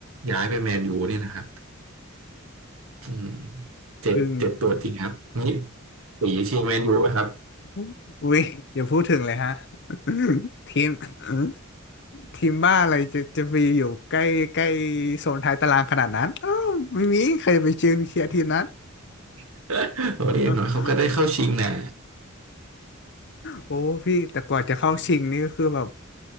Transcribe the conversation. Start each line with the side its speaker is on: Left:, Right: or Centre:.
Right: ย้ายไปแมนยูเนี่ยนะครับ อืมเจ็บเจ็บปวดจริงครับนี่
Left: อึ้ง
Right: สีเชียร์แมนยูป่ะครับ
Left: <laughs> อุ้ยอย่าพูดถึงเลยฮะ <laughs> ทีม <laughs> ทีมบ้าอะไรจะจะมีอยู่ใกล้ใกล้โซนท้ายตารางขนาดนั้นอ้าวไม่มีใครไปเชียร์เชียร์ทีมนั้น
Right: <laughs> โอ้ยอย่างน้อยเขาก็ได้เข้าชิงนะ
Left: <laughs> โอ้พี่แต่กว่าจะเข้าชิงนี่ก็คือแบบ